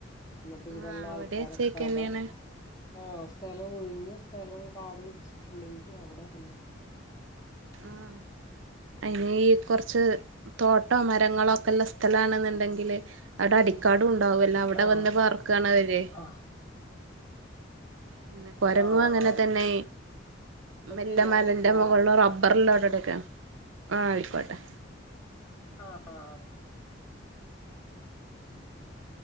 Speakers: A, on the left; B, on the right.
A: എന്നിട്ട് ഇവിടെള്ള
B: ആഹ് ഇവിടെ
A: ആൾക്കാരൊക്കെ
B: അച്ചേക്കന്നെയാണ്
A: അവിടെ ആഹ് സ്ഥലം ഒഴിഞ്ഞ സ്ഥലം കാട് പിടിച്ചിട്ടുണ്ടെങ്കി അവിടെ വന്നു കൂടും
B: മ് അയിന്
A: ഉം
B: കുറച്ച് തോട്ടോ മരങ്ങളോ ഒക്കെ ഉള്ള സ്ഥലണെന്നുണ്ടെങ്കില് അവിടെ അടിക്കാടും ഉണ്ടാവല്ലോ അവിടെ
A: ആഹ്
B: വന്ന് പാർക്കാണ് അവരെ
A: ആഹ്
B: അങ്ങനെ കൊരങ്ങും
A: ആഹ്
B: അങ്ങനെ
A: ആഹ്
B: തന്നെ
A: എന്നാ
B: മെല്ല
A: ശരി ഞാൻ
B: മലന്റെ
A: വിളിക്കാ
B: മുകളില്
A: ആ
B: റബ്ബറിലോ അടടെക്കെയ ആഹ് ആയിക്കോട്ടെ
A: ആഹ് ആഹ്